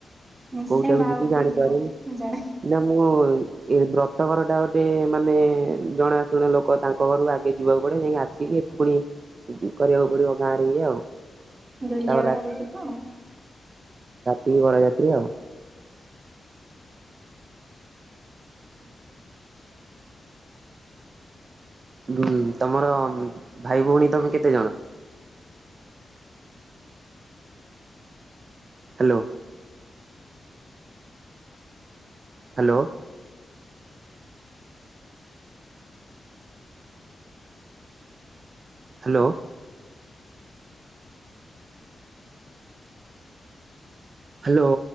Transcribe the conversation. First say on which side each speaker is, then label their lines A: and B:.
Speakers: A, on the right; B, on the right.
A: ନିଶ୍ଚୟ
B: କୋଉଟାକୁ
A: ବାହାଘରକୁ
B: ଯିବି ଜାଣିପାରୁନି
A: ହିଁ ଯିବ ଜଣେ
B: ନା ମୁଁ ଏ ବ୍ରତ। ବ୍ରତ ଘର ଟା ଗୋଟେ ମାନେ ଜଣାଶୁଣା ଲୋକ ତାଙ୍କ ଘରକୁ ଆଗେ ଯିବାକୁ ପଡିବ ଯାଇକି ଆସିକି ଏଠି ପୁଣି କରିବାକୁ ପଡିବ ଗାଁ ରେ ଏୟା ଆଉ।
A: ଦୁଇ
B: ତାପରେ
A: ଜାଗାଟାକୁ ଯିବା ଆଉ।
B: ତି ବରା ଯାତ୍ରି ଆଉ। ହୁଁ ତମର ଭାଇ ଭଉଣୀ ତମେ କେତେ ଜଣ? ହ୍ୟାଲୋ। ହ୍ୟାଲୋ। ହ୍ୟାଲୋ। ହ୍ୟାଲୋ।